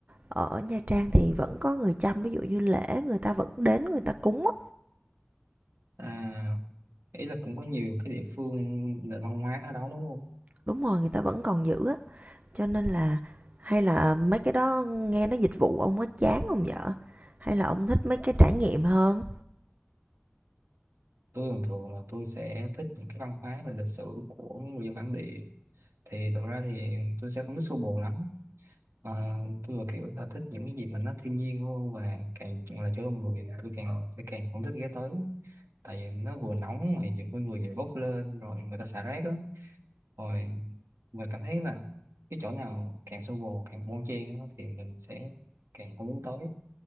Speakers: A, on the right; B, on the right.
A: ở Nha Trang thì vẫn có người chăm ví dụ như lễ người ta vẫn đến người ta cúng á
B: À, ý là cũng có nhiều cái địa phương nền văn hóa ở đó đúng không
A: đúng rồi người ta vẫn còn giữ á cho nên là hay là mấy cái đó nghe nó dịch vụ ông có chán không vợ hay là ông thích mấy cái trải nghiệm hơn
B: tôi thường thường là tôi sẽ thích những cái văn hóa và lịch sử của người dân bản địa thì thực ra thì tôi sẽ không thích xô bồ lắm Ờ, tôi là kiểu là thích những cái gì mà nó thiên nhiên hơn và càng là chỗ con người tôi càng sẽ càng không thích ghé tới tại vì nó vừa nóng mà nhiều con người vừa bốc lên rồi người ta xả rác đó rồi mình cảm thấy là cái chỗ nào càng xô bồ càng bon chen á, thì mình sẽ càng không muốn tới